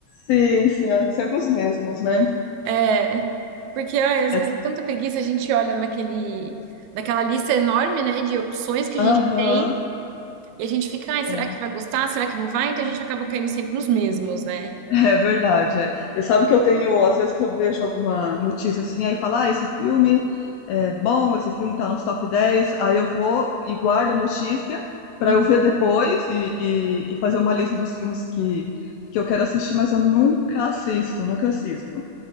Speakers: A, on the left; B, on the right.
A: Sim, sim, é sempre os mesmos, né?
B: É, porque ai, às
A: É-
B: vezes,
A: que-
B: dá tanta preguiça, a gente olha naquele, naquela lista enorme, né, de opções que a
A: Aham.
B: gente tem. E a gente fica, ai, será
A: é.
B: que vai gostar? Será que não vai? Então a gente acaba caindo sempre nos mesmos, né?
A: É verdade, é. E sabe que eu tenho, às vezes eu vejo alguma notícia assim, aí fala, ah, esse filme é bom, esse filme tá nos top 10. aí eu vou e guardo a notícia pra
B: Uhum.
A: eu ver depois e, e- e fazer uma lista dos filmes que, que eu quero assistir, mas eu nunca assisto, nunca assisto.